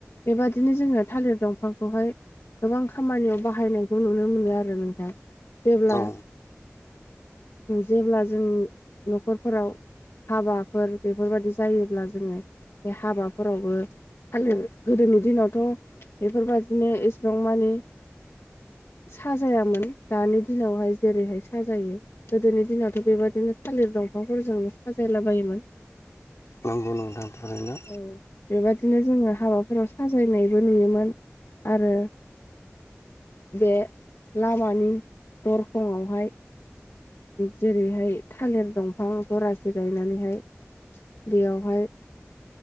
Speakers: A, on the left; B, on the left.
A: बेबादिनो जोङो थालिर दंफांखौहाय गोबां खामानियाव बाहायनायखौ नुनो मोनो आरो नोंथां जेब्ला
B: औ
A: जेब्ला जों न'खरफोराव हाबाफोर बेफोरबायदि जायोब्ला जोङो बे हाबाफोरावबो थालिर गोदोनि दिनावथ' बेफोरबादिनो एसेबां मानि साजायामोन दानि दिनावहाय जेरैहाय साजायो गोदोनि दिनावथ' बेबायदिनो थालिर दंफांफोरजोंनो साजायला बायोमोन
B: नंगौ नोंथां थारैनो
A: औ बेबायदिनो जोङो हाबाफोराव साजायनायबो नुयोमोन आरो बे लामानि दरखंआवहाय जेरैहाय थालिर दंफां जरासे गायनानैहाय बेयावहाय